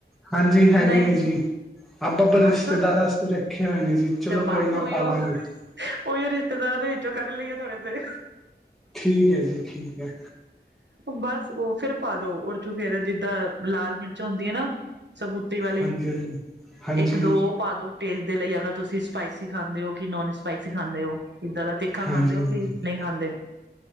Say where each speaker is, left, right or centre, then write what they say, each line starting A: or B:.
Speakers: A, in the centre; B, on the right.
A: ਹਾਂਜੀ ਹੈਗੇ
B: ਨਹੀਂ
A: ਨੇ ਜੀ, ਆਪਾਂ ਪਰ ਰਿਸ਼ਤੇਦਾਰਾਂ
B: ਬਸ
A: ਆਸਤੇ ਰੱਖੇ ਹੋਏ ਨੇ ਜੀ। ਚਲੋ
B: ਤੇ ਬਸ
A: ਕੋਈ ਨਾ
B: ਓਈਓ
A: ਪਾ ਲਾਂਗੇ
B: ਓਈਓ ਰਿਸ਼ਤੇਦਾਰਾਂ ਦੇ ਵਿੱਚੋਂ ਕੱਢ ਲਈਏ ਥੋੜੇ ਸੇ।
A: ਠੀਕ ਐ ਜੀ ਠੀਕ ਐ।
B: ਬਸ ਉਹ ਫੇਰ ਪਾ ਦੋ ਉਹਦੇ ਚ ਫੇਰ ਜਿੱਦਾਂ ਲਾਲ ਮਿਰਚ ਹੁੰਦੀ ਐ ਨਾ ਸਬੂਤ ਵਾਲੀ,
A: ਹਾਂਜੀ ਹਾਂਜੀ ਹਾਂਜੀ
B: ਇੱਕ ਦੋ ਉਹ ਪਾ ਦੋ। ਟੇਸਟ ਦੇ ਲਈ ਅਗਰ ਤੁਸੀਂ ਸਪਾਈਸੀ ਖਾਂਦੇ ਔ ਕਿ ਨੋਨ ਸਪਾਈਸੀ ਖਾਂਦੇ ਔ, ਕਿੱਦਾਂ ਦਾ ਤਿੱਖਾ
A: ਹਾਂਜੀ
B: ਖਾਂਦੇ ਔ, ਕਿ
A: ਹਾਂਜੀ
B: ਨੀ ਖਾਂਦੇ